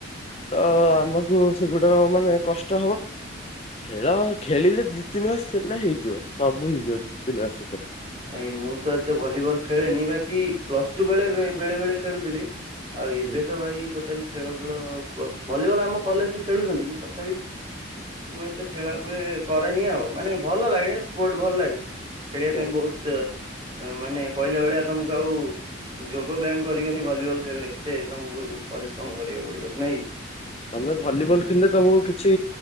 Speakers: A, on the left; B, on the right.
A: ତ ଆମକୁ ସେଗୁଡାକ ମାନେ କଷ୍ଟ ହବ ଖେଳ ଖେଳିଲେ ଦି ତିନି ମାସ ଖେଳିଲେ ହେଇଯିବ। ସବୁ ହେଇଯିବ ଦି ତିନି ମାସ ଭିତରେ।
B: ଏଇ ମୁଁ ତ ଏତେ ଭଲିବଲ ଖେଳେନି ବାକି ପ୍ଲସ ଟୁ ବେଳେ ବେଳେ ବେଳେ ଖେଳୁଥିଲି ଆଉ ଏବେ
A: ହୁଁ
B: ତ ଭାଇ ଟୋଟାଲି ଖେଳ ବେଳ ପ୍ଲ ଭଲିବଲ ଆମ କଲେଜରେ ଖେଳୁଚନ୍ତି କିନ୍ତୁ ତଥାପି ମୁଁ ଏତେ ଖେଳାଖୁଳି
A: ହଁ
B: କରେନି ଆଉ ମାନେ ଭଲ ଲାଗେ ସ୍ପୋର୍ଟ ଭଲ ଲାଗେ ଖେଳିବା
A: ହଁ
B: ପାଇଁ ବହୁତ ମାନେ କହିଲା ଭଳିଆ ତମକୁ ଆଉ ଯୋଗ ବ୍ୟାୟାମ କରିବନି ଭଲିବଲ ଖେଳିଲେ ଏତେ ତମକୁ ପରିଶ୍ରମ କରିବାକୁ ପଡିବ ନାଇଁ କି?
A: ତମେ ଭଲିବଲ ଖେଳିଲେ ତମକୁ କିଛି